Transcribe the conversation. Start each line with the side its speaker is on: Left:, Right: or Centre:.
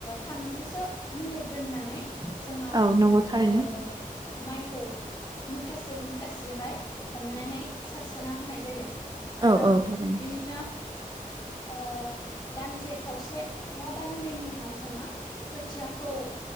Left: थामजिसो मिनिट दोननानै जोङो
Right: औ नंगौ थारैनो
Left: ओ माइखौ मुथासे मुथासेहाय हमनानै सारसोना होनाय जायो आरो
Right: औ औ थारैनो
Left: बिनिनो ओ दानसे खावसे बा दाननैनि उनाव जोङो खोथियाखौ ओ